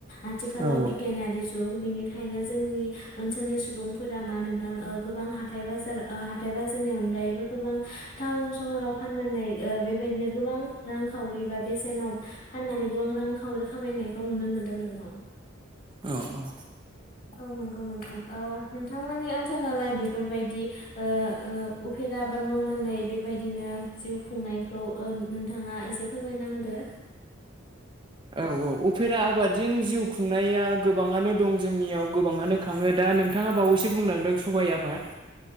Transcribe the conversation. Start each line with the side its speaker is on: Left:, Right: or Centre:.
Left: आथिखालाव
Right: औ
Left: बेटेनारि जुग। खायनो जोंनि ओनसोलनि सुबुंफोरा मा नोंथां गोबां हाथाइ बाजार हाथाय बाजारनि अन अनगायैबो गोबां टाउन सहराव फाननानै बेबायदिनो गोबां रांखावरि बा बेसेनाव फाननानै गोबां रां खावरि खामायनायखौ नुनो मोन्दों नोंथां।
Right: औ औ।
Left: औ नंगौ नोंथां नोंथांमोननि नालाय बेफोरबायदि ओ ओ आबाद मावनानै बेबायदिनो जिउ खुंनायखौ नोंथाङा एसे फोरमायना होदो
Right: औ औ अफेरा आबादजों जिउ खुंनाया गोबाङानो दं जोंनियाव गोबाङानो खाङो दा दा नोंथाङा बावैसो बुंलांदों सबाइ आबाद